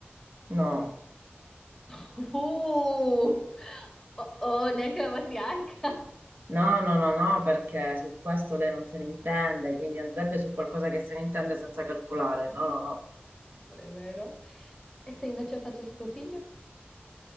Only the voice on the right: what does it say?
no.
No, no, no, no, perché su questo lei non se ne intende, quindi andrebbe su qualcosa che se ne intende senza calcolare. No, no, no.